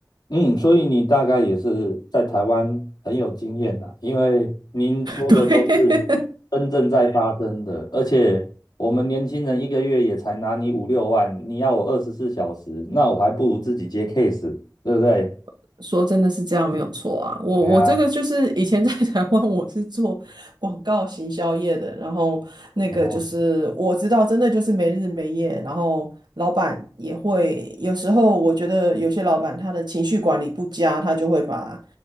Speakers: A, on the left (about 75°); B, on the right (about 80°).
A: 嗯，所以你大概也是在台湾很有经验啦，因为您说的都是真正在发生的，
B: 对，
A: 而且我们年轻人一个月也才拿你五六万，你要我二十四小时，那我还不如自己接 case，对不对？
B: <laughs> 说真的是这样没有错啊。我我这个就是以前在台湾我是做广告行销业的，
A: 对呀，
B: 然后那个就是我知道，
A: 哦，
B: 真的就是没日没夜，然后老板也会有时候，我觉得有些老板他的情绪管理不佳，他就会把